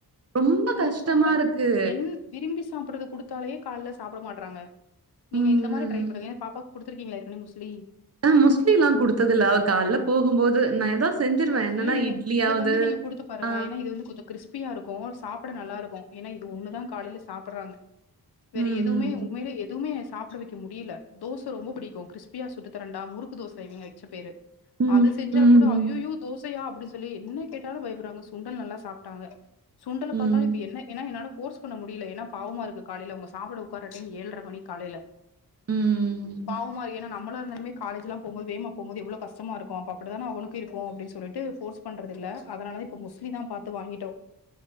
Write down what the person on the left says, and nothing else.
இவங்க
சுண்டல்
என் விரும்பி சாப்பிடறத குடுத்தாலே கால்ல சாப்பிட மாட்றாங்க நீங்க
இந்த
மாரி ட்ரை பண்ணுங்க பாப்பா குடுத் த்துருக்கீங்களா ஏற்கனே முஸ்லீ
இல்ல நீங்க
இது வந்து நீங்க குடுத்து பாருங்க
ஏன்னா இது வந்து கொஞ்சோ கிறிஸ்ப்பியா இருக்கு சாப்பிட நல்லா இருக்கு ஏன்னா இது ஒண்ணுதா காலையில சாப்பிட்றாங்க வேற
எதுவுமே
உண்மையிலே எ துமே சாப்பிட வைக்க முடியல தோசை ரொம்ப பிடிக்கு கிறிஸ்பியா சுட்டு தரண்டா முறுக்கு தோசை இவங்க வச்ச பேரு
அது செஞ்சா
கூட
ஐய்யயோ தோசையா அப்டி சொல்லி என்ன கேட்டாலு பயப்பட்றாங்க சுண்டல் நல்லா சாப்ட்டாங்க சுண்டல
பாத்தாலு இப்ப என்ன ஏன்னா என்னால ஃபோர்ஸ் பண்ண முடியல ஏன்னா பாவமா இருக்கு காலையில அவங்க சாப்ட உக்கார டைம் ஏழ்ரை மணி காலையில
பாவமா ஏன்னா நம்மளா இருந்தாலுமே காலேஜ் எல்லா போகும்போது வேமா போகும்போது எவ்ளோ கஷ்டமா இருக்கு அப்ப அப்படிதான அவனுக்கு இருக்கு அப்படின் சொல்லிட்டு ஃபோர்ஸ் பண்றதுல்ல அதனால இப்ப முஸ்லி தா பாத்து வாங்கிட்டோ